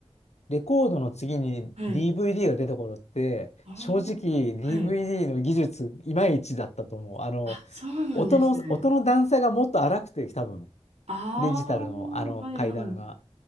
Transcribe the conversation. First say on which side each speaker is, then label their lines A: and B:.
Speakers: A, on the left (about 80°); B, on the right (about 80°).
A: レコードの次に
B: はい。
A: DVD が出た頃って、
B: あーはい。
A: 正直 DVD の技術、いまいちだったと思う。あの、
B: あ、そうなんですね。
A: 音の、音の段差がもっと荒くて、多分。
B: ああ、
A: デジタルのあの階段が。
B: はいはい。